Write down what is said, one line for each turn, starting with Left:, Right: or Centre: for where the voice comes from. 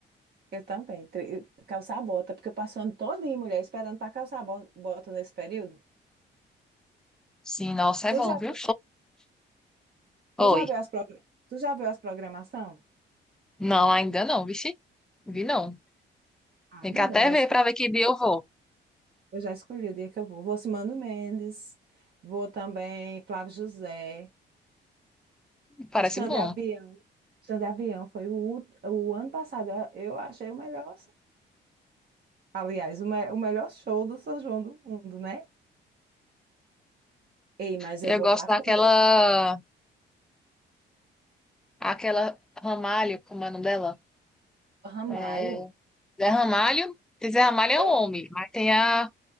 Right: Eu também. tri- Calçar a bota, porque eu passo o ano todinho, mulher, esperando para calçar a bo- bota nesse período.
Centre: Sim, nossa, é
Right: Tu
Centre: bom,
Right: já
Centre: viu?
Right: viu,
Centre: Oi.
Right: tu já viu as, progra- tu já viu as programação?
Centre: Não, ainda não, vixe. Vi não.
Right: Ai,
Centre: Tem que
Right: mulher,
Centre: até
Right: eu já
Centre: ver
Right: escolhi,
Centre: pra ver que dia eu vou.
Right: eu já escolhi o dia que eu vou. Vou Simando Mendes, vou também Flávio José,
Centre: Parece
Right: o Xande
Centre: bom.
Right: de Avião. Xande de Avião foi o, ult- o ano passado, eu eu achei o melhor. Aliás, o, me- o melhor show do São João do mundo, né? Ei, mas
Centre: Eu
Right: eu vou
Centre: gosto
Right: para
Centre: daquela...
Right: comer.
Centre: Aquela Ramalho, como é o nome dela?
Right: Ramalho,
Centre: É... Zé Ramalho.
Right: a
Centre: Tem Zé Ramalho é
Right: El-
Centre: um homem, mas tem a